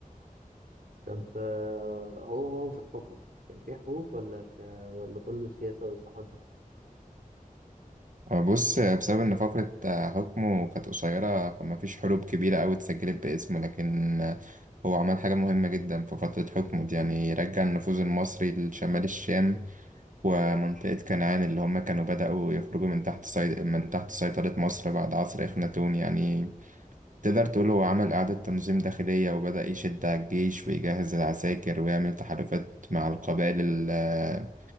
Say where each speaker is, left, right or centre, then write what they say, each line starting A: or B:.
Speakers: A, on the right (about 80°); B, on the right (about 60°).
A: طب آه، هو هو في الحكم كان في حروب ولا ك... ولا كله سياسة وإصلاحات بس
B: بص بسبب إن فقرة حكمه كانت قصيرة فما فيش حروب كبيرة أوي اتسجلت باسمه لكن هو عمل حاجة مهمة جدا في فترة حكمه دي يعني رجع النفوذ المصري لشمال الشام ومنطقة كنعان اللي هم كانوا بدأوا يخرجوا من تحت سيد... من تحت سيطرة مصر بعد عصر إخناتون يعني تقدر تقول هو عمل إعادة تنظيم داخلية وبدأ يشد على الجيش ويجهز العساكر ويعمل تحالفات مع القبائل ال-